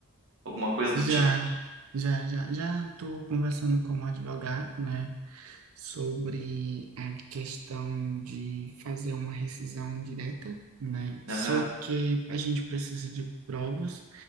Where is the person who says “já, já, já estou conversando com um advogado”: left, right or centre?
Right